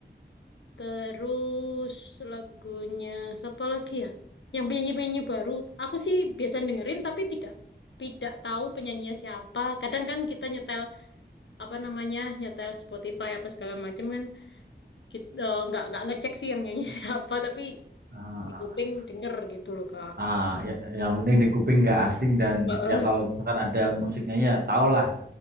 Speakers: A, on the left; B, on the right.
A: Terus lagunya siapa lagi ya? Yang penyanyi-penyanyi baru. Aku sih biasa dengerin tapi tidak tidak tahu penyanyinya siapa. Kadang kan kita nyetel apa namanya nyetel Spotify apa segala macam kan kita eh, nggak nggak ngecek sih yang nyanyi <laughs> siapa tapi
B: Ah,
A: di kuping denger gitu loh Kak.
B: ah, ya, yang penting di kuping nggak asing dan
A: Heeh.
B: ya kalau misalkan ada musiknya ya tau lah